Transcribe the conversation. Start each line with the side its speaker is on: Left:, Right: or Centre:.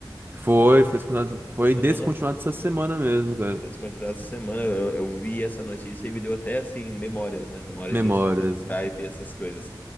Right: Foi, foi descontinuado,
Left: Essa
Right: foi
Left: semana
Right: descontinuado essa semana mesmo, cara.
Left: Descontinuado essa semana, eu, eu vi essa notícia e me deu até assim memórias, né? Memórias
Right: Memórias.
Left: de utilizando Skype e essas coisas.